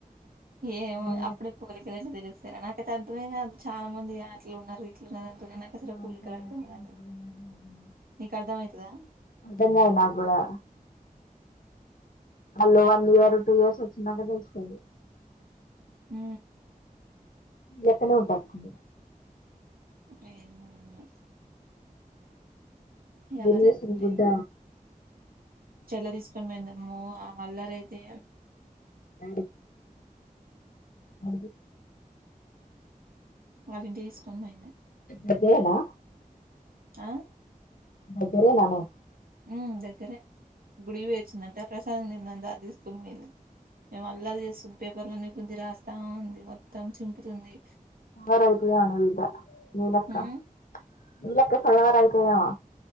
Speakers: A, on the right; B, on the left.
A: ఏమో
B: అవును
A: అప్పుడు. పోలికలు ఎట్లా తెలిలుస్తారా నాక అతే అర్థమే కాదు చాలా మంది అట్లు ఉన్నారు ఇట్లు ఉన్నార. తనకసరా పులికలు
B: అంటారు
A: అర్థమే
B: అట్నే
A: కాదు.
B: అంటారు కానీ నాకేం అర్థం కాదు
A: అర్ధం అయితదా ఉ.
B: అర్థం కాదు నాకు కూడా వాళ్ళు వన్ ఇయర్ టూ ఇయర్స్ వచ్చినాక తెలుస్తుంది.
A: ఉ.
B: ఎట్లనో ఉండాల్సింది.
A: అయ్యో. ఇగ
B: బినేశన్
A: ఎవరి లెక్కుంటే
B: గుడ్డ.
A: ఏం చెల్ల తీసుకొని పోయిందమ్మో ఆమె అల్లరి అయితే.
B: అ <inaudible> అ
A: వాళ్ళంటి తీసుకొని పోయింది.
B: దగ్గరేనా
A: ఆ
B: దగ్గరేననే.
A: ఉమ్ దగ్గరే గుడివి వచ్చిందంటే ప్రసాదం నిన్నంతా తీసుకొని పోయింది. మేము అల్లరి చేస్తుంది పేపర్లనే కొంచెం రాస్తాముంది మొత్తం చింపుతుంది.
B: సవార అవుతుదేవ నవిద్ద నీలక్క
A: ఉమ్
B: నీలక్క సయవార అవుతుదేవ.